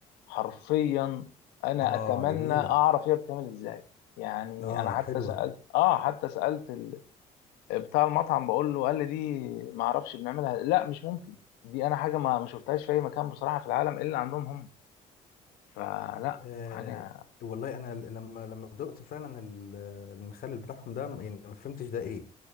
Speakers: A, on the left; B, on the left.
A: حرفيا انا
B: اه
A: اتمنى
B: جميلة
A: اعرف هي بتعمل ازاي يعني
B: اه
A: انا حتى
B: حلوة
A: سالت اه حتى سالت ال... بتاع المطعم بقول له قال لي دي ما اعرفش بنعملها لا مش ممكن دي انا حاجه ما ما شفتهاش في اي مكان بصراحه في العالم الا عندهم هم فلا
B: آه
A: حاجه
B: والله انا ل- لما لما دقت فعلا ال- المخلل بتاعهم ده يعني ما فهمتش ده ايه